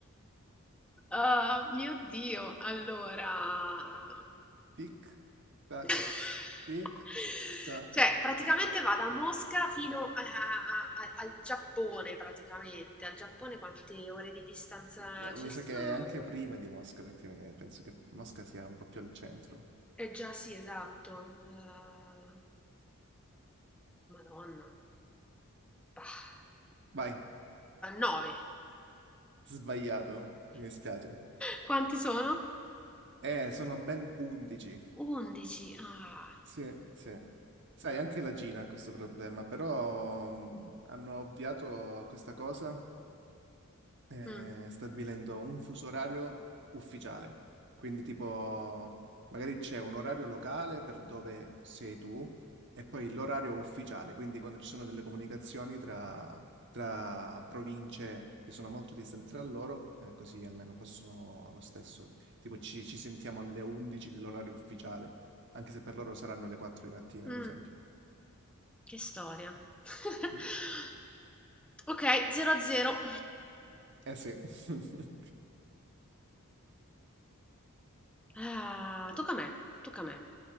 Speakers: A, in the centre; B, on the right.
A: Ah, mio Dio, allora...
B: Tic, tac,
A: <laughs>
B: tic, tac.
A: Cioè, praticamente va da Mosca fino a- a- a- al Giappone, praticamente. Al Giappone quante ore di distanza
B: Eh,
A: ci
B: Mi
A: sono?
B: sa che è anche prima di Mosca, perché eh, penso che Mosca sia un po' più al centro.
A: Eh già sì, esatto. Eh, Madonna. Bah.
B: Vai,
A: 9.
B: sbagliato, mi dispiace.
A: Quanti sono?
B: Eh, sono ben 11.
A: 11. Ah.
B: Sì, sì. Sai, anche la Gina ha questo problema, però mh, hanno ovviato a questa cosa eh,
A: Mh,
B: stabilendo un fuso orario ufficiale. Quindi, tipo, magari c'è un orario locale per dove sei tu e poi l'orario ufficiale. Quindi, quando ci sono delle comunicazioni tra, tra province che sono molto distanti tra loro, eh, così almeno possono lo stesso. Tipo, ci, ci sentiamo alle 11 dell'orario ufficiale, anche se per loro saranno le 4 di mattina,
A: mh,
B: per esempio.
A: che storia. <laughs>
B: Mm.
A: Okay, 0 a 0.
B: Eh sì. <laughs>
A: Ah, tocca a me, tocca a me.